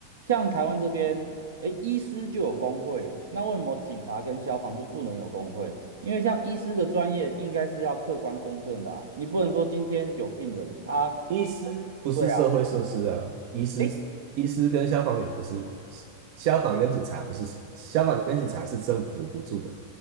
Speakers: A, on the right; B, on the right.
A: 像台湾这边，诶，医师就有工会，那为什么警察跟消防就不能有工会？因为像医师的专业应该是要客观公正的啊，你不能说今天有病人啊，
B: 医师不是社会设施啊，
A: 对啊，
B: 医师医师跟消防员不是，
A: 诶，
B: 消防跟警察不是，消防跟警察是政府补助的，